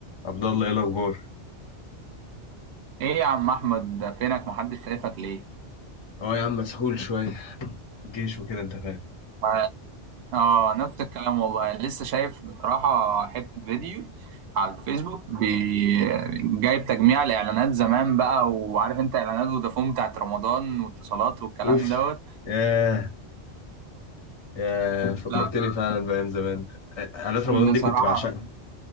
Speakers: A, on the left (about 30°); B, on the right (about 65°).
A: عبد الله ايه الاخبار
B: ايه يا عم احمد ده فينك محدش شايفك ليه
A: اه يا عم مسحول شويه في الجيش وكده انت فاهم
B: ما- اه نفس الكلام والله لسه شايف بصراحة حتة فيديو على الفيسبوك بي... جايب تجميع الاعلانات زمان بقى وعارف انت اعلانات فودافون بتاعت رمضان واتصالات والكلام
A: اوف
B: دوت
A: ياه ياه فكرتني
B: لا
A: فعلا بايام زمان اعلانات رمضان دي
B: بصراحة
A: كنت بعشقها